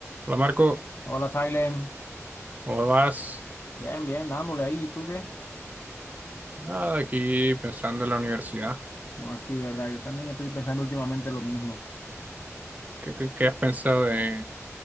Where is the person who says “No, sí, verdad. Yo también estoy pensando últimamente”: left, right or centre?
Left